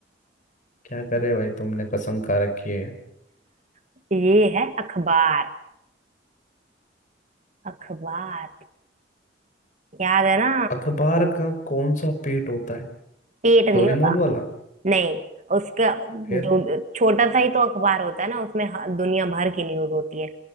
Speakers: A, on the left (about 45°); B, on the right (about 40°).
A: क्या करे भाई तुमने कसम खा रखी है
B: <laughs> ये है अखबार अखबार याद है ना
A: अखबार का कौन सा पेट होता है
B: पेट
A: डोरेमोन
B: नहीं होता
A: वाला
B: नहीं उसका
A: फिर
B: जो छोटा सा ही तो अखबार होता है ना उसमें ह- दुनिया भर की न्यूज होती है